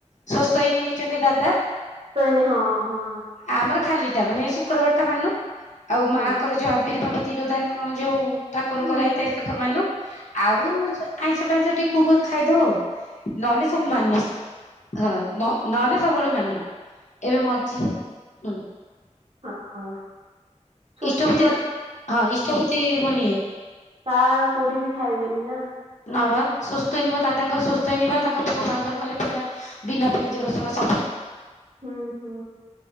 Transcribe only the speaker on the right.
ସ୍ଵସ୍ତୟନୀ ହଁ ହଁ।
ହୁଁ
ହୁଁ।
ହ ହ ସ୍ଵସ୍ତିକ
<unintelligible> ତା କୋଉଠି ବି ଖାଇବେନି ନା।
ହୁଁ ହୁଁ।